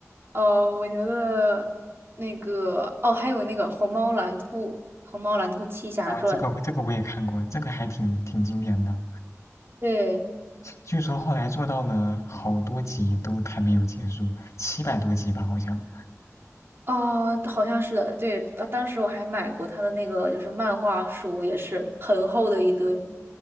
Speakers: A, on the right; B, on the left.
A: 呃我觉得那个哦，还有那个《虹猫蓝兔》《虹猫蓝兔七侠传》。
B: 哦，这个这个我也看过，这个还挺挺经典的。
A: 对，
B: 据说后来做到了好多集都还没有结束，七百多集吧，好像。
A: 哦，好像是的，对，当当时我还买过他的那个就是漫画书，也是很厚的一堆。